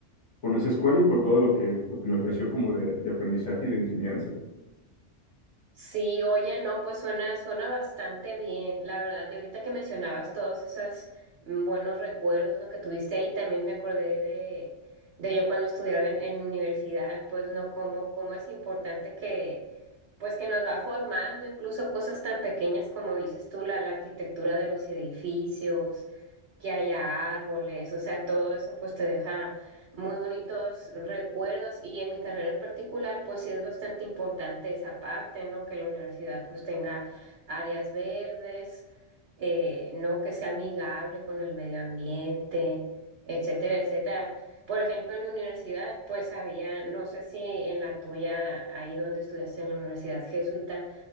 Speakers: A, on the left; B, on the right.
A: con esa escuela y por todo lo que, lo que me ofreció como de, de aprendizaje y de enseñanza.
B: Sí, oye, no, pues suena, suena bastante bien, la verdad. Y ahorita que mencionabas todos esos mm, buenos recuerdos, ¿no? que tuviste ahí, también me acordé de, de yo cuando estudiaba en, en universidad, pues no, cómo, cómo es importante que, pues que nos va formando, incluso cosas tan pequeñas como dices tú, la, la arquitectura de los edificios, que haya árboles, o sea, todo eso pues te deja muy bonitos recuerdos y en mi carrera en particular pues sí es bastante importante esa parte, ¿no? Que la universidad pues tenga áreas verdes, eh, ¿no? Que sea amigable con el medio ambiente, etcétera, etcétera. Por ejemplo, en la universidad, pues había, no sé si en la tuya, ahí donde estudiaste en la universidad jesuita,